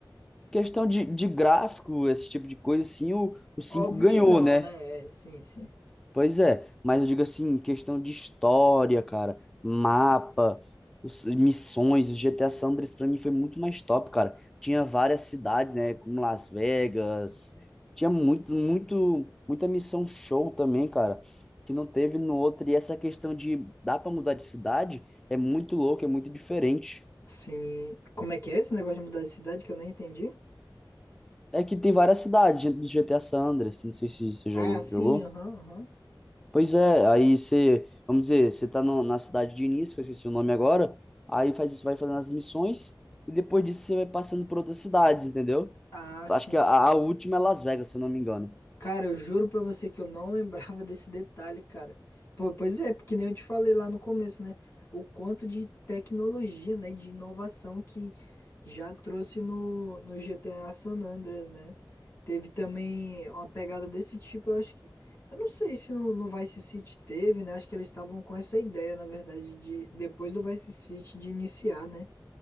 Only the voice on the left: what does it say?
Óbvio
que não,
né? É, sim, sim.
Sim. Como é que é esse negócio de mudar de cidade que eu nem entendi?
Ah,
sim, aham, aham.
Ah,
sim.
Cara, eu juro pra você que eu não <laughs> lembrava desse detalhe, cara. Po- pois é, porque nem eu te falei lá no começo, né? O quanto de tecnologia, né? De inovação que já trouxe no, no GTA San Andreas, né? Teve também uma pegada desse tipo, eu acho que. Eu não sei se no, no Vice City teve, né? Acho que eles estavam com essa ideia, na verdade, de depois do Vice City de iniciar, né?